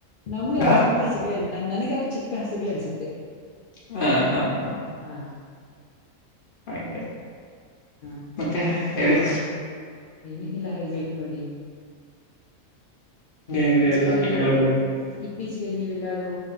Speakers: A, on the left; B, on the left.
A: ನಮ್ಗೆ ಅವವು
B: ಹ
A: ಚಿಕ್ಕ ಹಸು ಗರ್ಲಿಂದ. ನನಗೆ ಅವ ಚಿಕ್ಕ ಹಸುಗ್ಗಳ ಅನ್ಸುತ್ತೆ.
B: ಹಾ ಹಾ ಹಾ
A: ಹ
B: ಹಗೆ
A: ಹಾ
B: ಮತ್ತೆ. ಹೇಳಿ
A: ಏನು ಇಲ್ಲಾ ಹೇಳ್ಬೇಕೇ ನೋಡಿ.
B: ಇದೇನಿದೆ
A: ಮತ್ತೆ
B: ಎಲ್ಲ ನೀವ ಹೇಳ್ಬೇಕು.
A: ಇತ್ತೀಚೆಗೆ ನೀವೆಲ್ಲಾದ್ರೂ